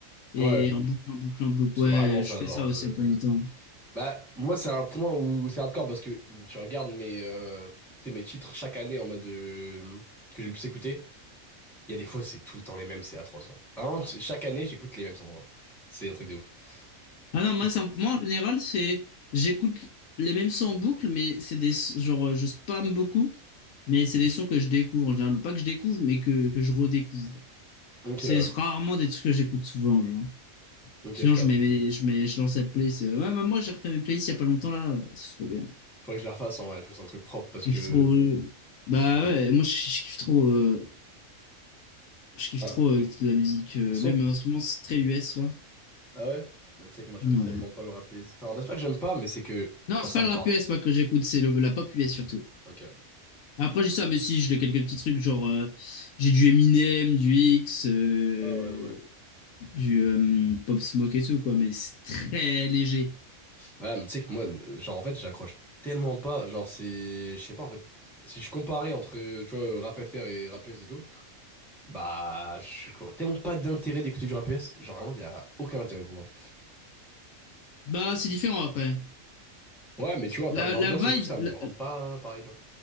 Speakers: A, on the left; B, in the centre.
A: et
B: Ouais,
A: en boucle, en boucle, en boucle.
B: c'est
A: Ouais,
B: vraiment ça,
A: je fais
B: genre.
A: ça aussi
B: euh,
A: à pas du temps.
B: Bah, moi, c'est un point où c'est hardcore parce que tu regardes mes, euh, tu sais, mes titres chaque année en mode. euh, Que j'ai le plus écouté. Il y a des fois, c'est tout le temps les mêmes, c'est atroce. genre. Vraiment, t- chaque année, j'écoute les mêmes sons. genre. C'est un truc de ouf.
A: Ah non,
B: Je
A: moi,
B: sais
A: c'est
B: pas.
A: un- moi en général, c'est j'écoute les mêmes sons en boucle, mais c'est des genre euh, je spam beaucoup, mais c'est des sons que je découvre en général, ou pas que je découvre, mais que, que je redécouvre.
B: Ok,
A: C'est
B: ouais.
A: rarement des trucs que j'écoute souvent, genre.
B: Ok,
A: Sinon,
B: je capte.
A: je mets, mes- je mets, je lance la playlist. euh, ouais, bah, moi, j'ai refait mes playlists il y a pas longtemps là, c'est trop bien.
B: Faudrait que je les refasse en vrai, fasse un truc propre parce
A: Je
B: que
A: kiffe trop. euh, Bah
B: c'est trop cool.
A: ouais, moi, je, je kiffe trop, euh, je kiffe
B: Ah,
A: trop euh, de la musique. euh,
B: so-
A: même en ce moment, c'est très US là.
B: Ah ouais? Bah, tu sais que moi, j'aime
A: Ouais.
B: tellement pas le rap US. Enfin, c'est pas que j'aime pas, mais c'est que,
A: Non,
B: genre,
A: c'est
B: ça
A: pas
B: me
A: le
B: parle.
A: rap US, moi, que j'écoute, c'est le, la pop US surtout.
B: Ok. Ouais,
A: Après, j'ai ça, mais si, j'ai quelques petits trucs, genre, euh, j'ai du Eminem, du X, euh,
B: ouais, non, mais... ouais.
A: du euh, Pop Smoke et tout, quoi, mais c'est très léger.
B: Bah, mais tu sais que moi, euh, genre, en fait, j'accroche tellement pas. Genre, c'est. Je sais pas, en fait. Si je comparais entre, euh, tu vois, rap FR et rap US et tout, bah, je vois tellement pas d'intérêt d'écouter du rap US. Genre, vraiment, il y a aucun intérêt pour moi.
A: Bah, c'est différent après.
B: Ouais, mais tu vois, en
A: La,
B: termes d'ambiance
A: la vibe,
B: et tout, ça me
A: la-
B: rend pas pareil, genre.